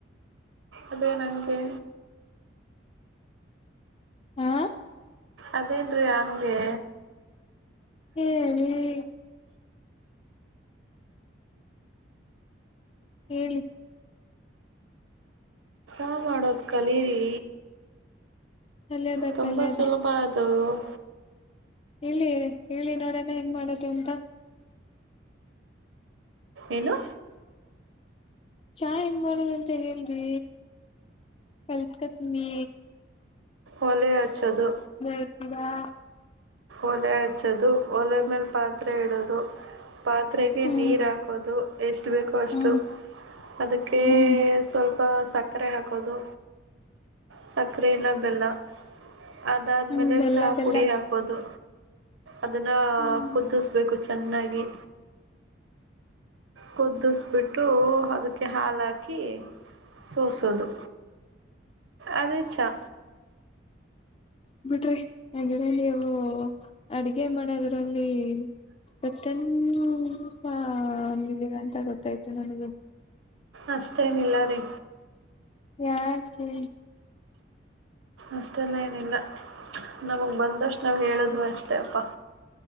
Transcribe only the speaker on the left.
ಹಾ
ಹೇಳಿ ಹೇಳಿ.
ಕಲಿಯದ
ಕಲಿಯದ
ಇಲ್ಲಿ ಹೇಳಿ ಹೇಳಿ ನೋಡಣ ಹೆಂಗ್ ಮಾಡದು ಅಂತ
ಚಹಾ ಹೆಂಗ್ ಮಾಡದಂತ ಹೇಳ್ರಿ ಕಲ್ಕೊತಿನಿ
ಇರ್ತೀರಾ
ಹ್ಮ್
ಹ್ಮ್
ಹ್ಮ್
ಹ್ಮ್ ಬೆಲ್ಲ
ಬೆಲ್ಲ
ಹ್ಮ್
ಬಿಡ್ರಿ ಹಾಗೆಲ್ಲ ನೀವು ಅಡಗೆ ಮಾಡೋದ್ರಲ್ಲಿ ಫಿಕ್ಸ <unintelligible> ಪ್ರತಂದುಪಿದ್ದೀರಾ ಅಂತ ಗೊತ್ತಾಯ್ತು ನನಗೆ
ಯಾಕೇ